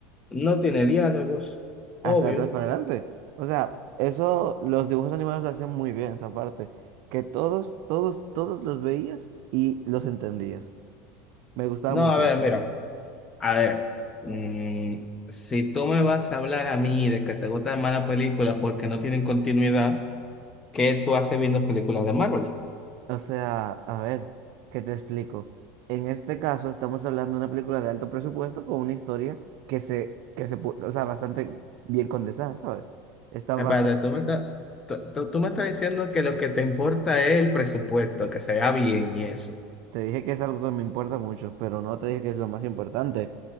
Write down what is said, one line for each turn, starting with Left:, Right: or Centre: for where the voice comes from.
Left: no tiene diálogos, obvio.
Right: hasta atrás para adelante. O sea, eso los dibujos animados lo hacían muy bien, esa parte. Que todos, todos, todos los veías y los entendías. Me gustaba
Left: No,
Right: mucho
Left: a ver,
Right: eso.
Left: mira, a ver, mm, si tú me vas a hablar a mí de que te gustan malas películas porque no tienen continuidad. ¿Qué tú haces viendo películas de Marvel?
Right: O sea, a ver, ¿qué te explico? En este caso estamos hablando de una película de alto presupuesto con una historia que se, que se, pu- o sea, bastante bien condensada, ¿sabes? Está bastante
Left: Espérate, tú
Right: bien.
Left: me estás, tú, tú- tú me estás diciendo que lo que te importa es el presupuesto, que se vea bien y eso.
Right: Te dije que es algo que me importa mucho, pero no te dije que es lo más importante.